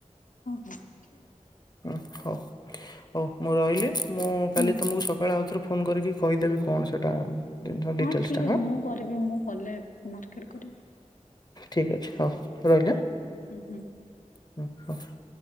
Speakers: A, on the left; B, on the left.
A: ହଁ। ଠିକ୍ ଅଛି।
B: ହ ହଉ ହଉ ମୁଁ ରହିଲି ମୁଁ କାଲି
A: ହୁଁ ହୁଁ
B: ତମକୁ ସ? ସକାଳେ ଆଉଥରୁ ଫୋନ୍ କରିକି କହିଦେବି କଣ ସେଇଟା। ଜିନିଷ ଡିଟେଲ୍ସଟା
A: ହଁ ଠିକ୍ ଅଛି ମୁଁ କରିବି ମୁଁ କଲେ ମାର୍କେଟ କରିବି।
B: ଠିକ୍ ଅଛି ହଉ ରହିଲା ଆ?
A: ହୁଁ ହୁଁ।
B: ହ <unintelligible>